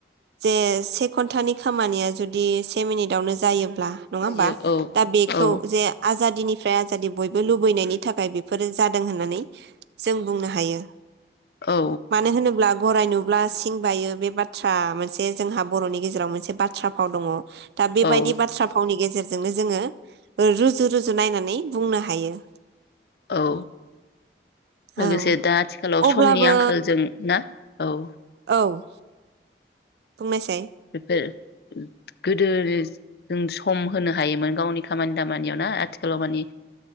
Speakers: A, on the right; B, on the left.
A: जे से घन्टानि खामानिया जुदि से मिनिटावनो जायो ब्ला नङा
B: जायो
A: होमबा
B: औ
A: दा बेखौ
B: औ
A: जे आजा दिनिफ्राय आजादि बयबो लुबैनायनि थाखाय बेफोरो जादों होननानै जों बुंनो हायो ।
B: औ
A: मानो होनोब्ला गराय नुब्ला सिं बायो बे बाथ्रा मोनसे जोंहा बर'नि गेजेराव मोनसे बाथ्रा फाव दङ । दा बेबायदि
B: औ
A: बाथ्रा फावनि गेजेर जोंनो जोङो रुजु रुजु नायनानै बुंनो हायो ।
B: औ लोगोसे
A: औ
B: दा आथिखालाव
A: अब्लाबो
B: समनि आंखालजों ना । औ
A: औ बुंनायसाय
B: <inaudible> गोदो जों सम होनो हायोमोन गावनि खामानि दामानियाव ना आथिखालाव मानि